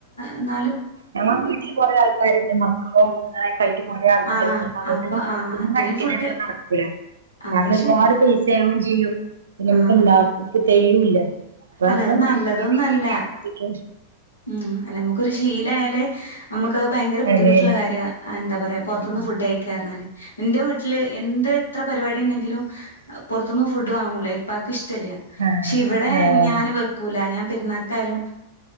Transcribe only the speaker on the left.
എന്നാലും
ആഹ്
ആഹ് അത്രയും
ഫുഡ്
ആഹ്
ശരിയാ
ആഹ്
അല്ല
അത്
നല്ലതൊന്നല്ല
ഉം അല്ല നമുക്കൊരു ശീലായല് നമുക്ക്ത് ഭയങ്കര ബുദ്ധിമുട്ടുള്ള
കാര്യമാ എന്താ പറയ
പുറത്തുന്ന്ഫുഡ്
കയിക്കാറഞ്ഞാൽ. ന്റെ വീട്ടില് എന്ത് എത്ര പരിപാടി ണ്ടെങ്കിലും പൊറത്തൊന്നും ഫുഡ് വാങ്ങൂല ഇപ്പക്ക് ഇഷ്ടല്ല
ക്ഷെ ഇവടെ
ഞൻ വെക്കൂല ഞാൻ പെരുന്നാക്കാലും